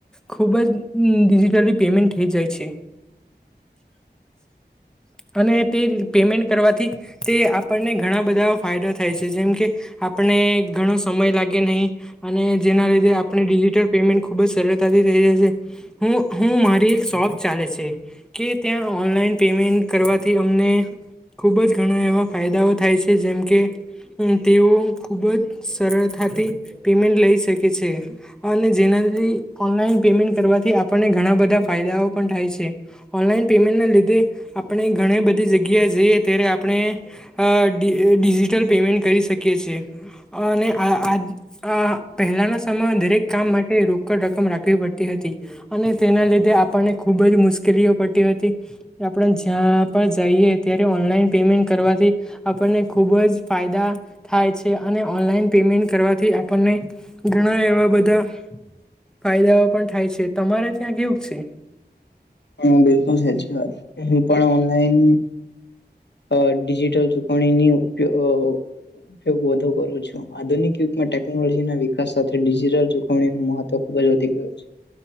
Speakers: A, in the centre; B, on the left (about 80°).
A: ખૂબ જ ડિજિટલી પેમેન્ટ થઈ જાય છે. <inaudible> અને તે પેમેન્ટ કરવાથી તે આપણને ઘણા બધા ફાયદા થાય છે જેમ કે આપણે ને ઘણો સમય લાગે નહીં અને જેના લીધે આપણે ડિજિટલ પેમેન્ટ ખુબ જ સરળતાથી થઈ જાય હું હું મારી એક શોપ ચાલે છે કે ત્યાં ઓનલાઈન પેમેન્ટ કરવાથી અમને ખૂબ જ ઘણા એવા ફાયદાઓ થાય છે જેમ કે તેઓ ખુબ જ સરળતાથી પેમેન્ટ લઈ શકે છે અને જેના ઓનલાઈન પેમેન્ટ કરવાથી આપણને ઘણા બધા ફાયદાઓ પણ થાય છે. ઓનલાઈન પેમેન્ટના લીધે આપણે ઘણી બધી જગ્યાએ જઈએ ત્યારે આપણે અ ડી ડિજિટલ પેમેન્ટ કરી શકીએ છીએ. અને આ આ પહેલાના સમયમાં દરેક કામ માટે રોકડ રકમ રાખવી પડતી હતી. તી અને તેના લીધે આપણને ખુબ જ મુશ્કેલીઓ પડતી હતી આપણે જ્યાં પણ જઈએ ત્યારે ઓનલાઈન પેમેન્ટ કરવાથી આપણને ખૂ ખુબ જ ફાયદા થાય છે અને ઓનલાઈન પેમેન્ટ કરવાથી આપણને ઘણા એવા બ ધા ફાયદાઓ પણ થાય છે તમારે ત્યાં કેવુંક છે?
B: હા, બિલકુલ સાચી વાત હું પણ ઓનલાઈન અ ડિજિટલ ચુકવણીની ઉપયોગ અ ઉપયોગ વધુ કરું છું આધુનિક યુગમાં ટેકનોલોજીના વિકાસ સાથે ડિજટલ ચૂકવણી મહત્વ ખુબ જ વધી ગયો છે